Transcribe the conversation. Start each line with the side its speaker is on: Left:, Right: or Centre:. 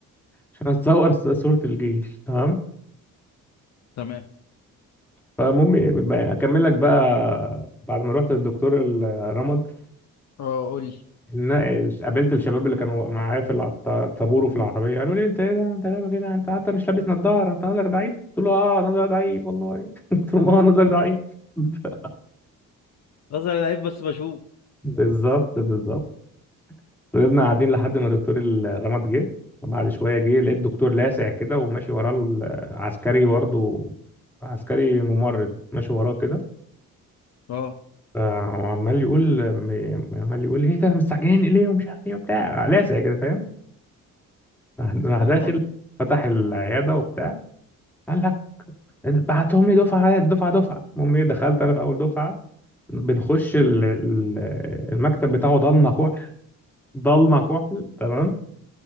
Centre: عشان اتصور ص- صورة الجيش تمام
Left: تمام
Centre: فالمهم ب- اكمل لك بقى بعد ما رحت للدكتور الرمد
Left: اه قول لي
Centre: إن- قابلت الشباب اللي كانوا معايا في الع- الطابور وفي العربيه قالوا لي انت ايه ده انت لابس هنا انت حتى مش لابس نظاره انت نظرك ضعيف قلت له اه نظري ضعيف والله <laughs> قلت لهم
Left: <laughs>
Centre: اه نظري ضعيف <laughs>
Left: بظهر لعيب بس بشوف
Centre: بالظبط بالظبط فضلنا قاعدين لحد ما دكتور الرمد جه وبعد شوية جه لقيت دكتور لاسع كده وماشي وراه العسكري برضه عسكري ممرض ماشي وراه كده
Left: اه
Centre: فعمال يقول عمال يقول ايه ده مستعجلين ليه ومش عارف ايه وبتاع لاسع كده فاهم راح راح
Left: فاهم
Centre: داخل
Left: قصدي
Centre: فتح العيادة وبتاع قال لك بعتهم لي دفعة على دفعة دفعة المهم ايه دخلت انا في اول دفعة بنخش ال- ال- المكتب بتاعه ضلمة كحل ضلمة كحل تمام